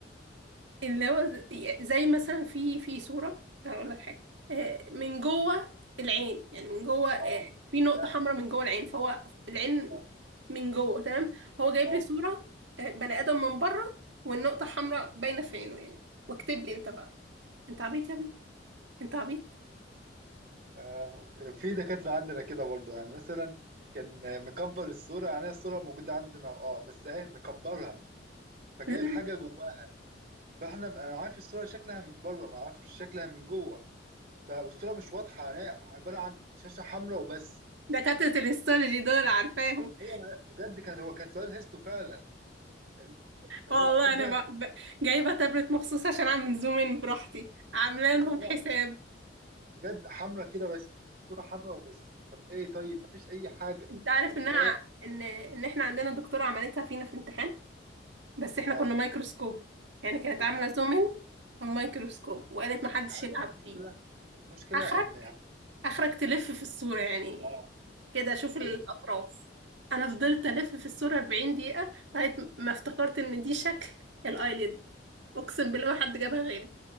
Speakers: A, on the right; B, on the right.
A: اللي هو ز- زي مثلا في في صورة هقول لك حاجة آه، من جوه العين يعني من جوه آه،
B: اه
A: في نقطة
B: نعم
A: حمراء من جوه العين فهو العين
B: اه
A: من جوه تمام هو جايب
B: اه
A: لي صورة آه، بني آدم من بره والنقطة حمراء باينة في عينه يعني واكتب لي أنت بقى أنت عبيط يا ابني أنت عبيط
B: آه، في دكاتره عندنا كده برضو يعني مثلا كان مكبر الصوره يعني الصوره موجوده عندنا اه بس اهي مكبرها فجايب
A: <laughs>
B: حاجه جواها فاحنا انا عارف الصوره شكلها من بره ما اعرفش شكلها من جوه فالصوره مش واضحه يعني هي عباره عن شاشه حمراء وبس
A: دكاترة الهيستولوجي دول عارفاهم
B: هو ما- بجد كان هو كان سؤال هيستو فعلا ال- اللي
A: والله
B: هو ايه ده
A: انا بقى ب... جايبه تابلت مخصوص عشان اعمل زوم ان براحتي عامله لهم
B: اللي هو
A: حساب
B: بجد حمراء كده بس صوره حمراء وبس طب ايه طيب مفيش اي حاجه
A: انت عارف
B: طب
A: انها
B: ده ايه
A: ان ان احنا عندنا دكتوره عملتها فينا في امتحان بس احنا
B: طب
A: كنا مايكروسكوب يعني كانت
B: ال-
A: عامله زوم ان ومايكروسكوب وقالت محدش
B: عارفه
A: يلعب
B: المشكله
A: فيه
B: المشكله
A: اخرك
B: ان يعني،
A: اخرك تلف في الصوره يعني
B: اه
A: كده اشوف الاطراف
B: ايوه
A: انا فضلت الف في الصوره 40 دقيقه لغايه ما افتكرت ان دي شكل الايلid اقسم بالله ما حد جابها غيري